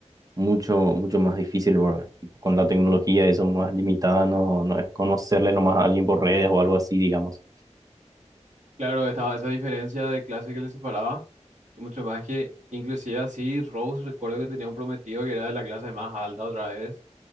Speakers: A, on the right (about 30°); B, on the right (about 80°).
A: mucho, mucho más difícil, ¿verdad? Tipo, Con la tecnología eso más limitada, no, no es conocerle nomás a alguien por redes o algo así, digamos.
B: Claro, estaba esa diferencia de clase que le separaba, y mucho más que, inclusive así, Rose recuerdo que tenía un prometido que era de la clase más alta otra vez